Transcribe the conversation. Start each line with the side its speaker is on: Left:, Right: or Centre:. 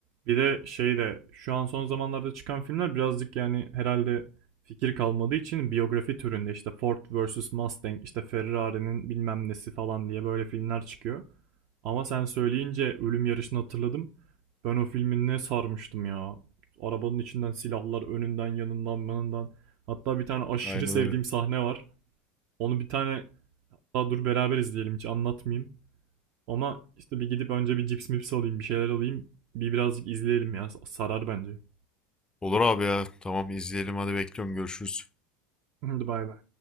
Right: Bir de şey de şu an son zamanlarda çıkan filmler birazcık yani herhalde fikir kalmadığı için biyografi türünde işte Ford vs Mustang, işte Ferrari'nin bilmem nesi falan diye böyle filmler çıkıyor. Ama sen söyleyince Ölüm Yarışı'nı hatırladım. Ben o filmi ne sarmıştım ya. Arabanın içinden silahlar önünden yanından yanından. Hatta bir tane aşırı
Left: Aynen
Right: sevdiğim
Left: öyle.
Right: sahne var. Onu bir tane daha dur beraber izleyelim hiç anlatmayayım. Ama işte bir gidip önce bir cips mips alayım, bir şeyler alayım. Bir birazcık izleyelim ya. Sarar bence. <laughs>
Left: Olur abi ya. Tamam izleyelim hadi bekliyorum. Görüşürüz.
Right: Hadi bay bay.